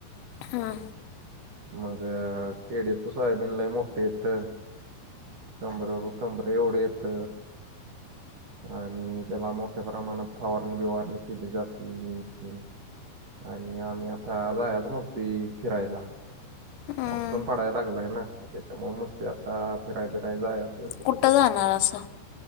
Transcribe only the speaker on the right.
मग केडे तू सायबीनला मोठे इथ कमर. खंबरे एवढे येत आणि त्याला मोठ प्रमाणात फवारणी बिवारणी केली जाते ह ति आणि आम्ही आता जायाच मग त फिरायला
पाऊस पण पडाय लागलाय ना मग त्याच्यामुळे मस् ते आता फिराय बिराय जाय कुठरी?